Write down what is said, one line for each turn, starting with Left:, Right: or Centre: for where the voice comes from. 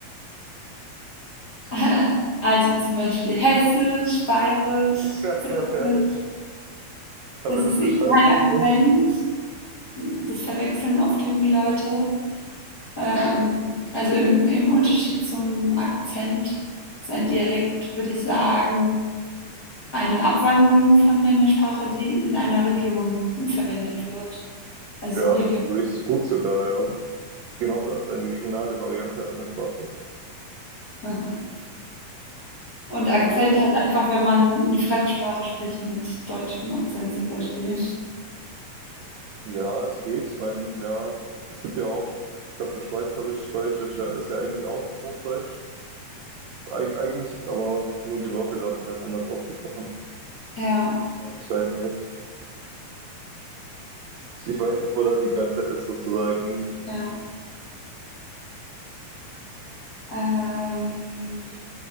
Left: <laughs> Also zum Beispiel Hessisch, Bayerisch,
Right: <laughs> Aber
Left: Sächsisch.
Right: wenn
Left: Das
Right: du
Left: ist
Right: es beschreiben
Left: eben kein
Right: müsstest,
Left: Akzent. Das verwechseln oft irgendwie Leute. Ähm, also im, im Unterschied zum Akzent ist ein Dialekt, würde ich sagen, eine Abwandlung von einer Sprache, die in einer Region verwendet wird. Also
Right: ja,
Left: so Region.
Right: das ist richtig gut sogar, ja. Das ist genau das, eine regionale Variante einer Sprache.
Left: <laughs> Und
Right: Hm,
Left: Akzent halt einfach, wenn man eine Fremdsprache spricht mit deutschem Akzent zum Beispiel.
Right: Ja, es geht. Ich meine, ja, es gibt ja auch, ich glaube, so Schweizerisch-Deutsch ist ja, ist ja eigentlich auch Hochdeutsch. Eig eigentlich, aber nur die Worte werden halt anders ausgesprochen.
Left: Ja,
Right: Hm, Ich weiß nicht. Ich, ich weiß nicht, wo da die Grenze ist, sozusagen.
Left: ja. Ähm,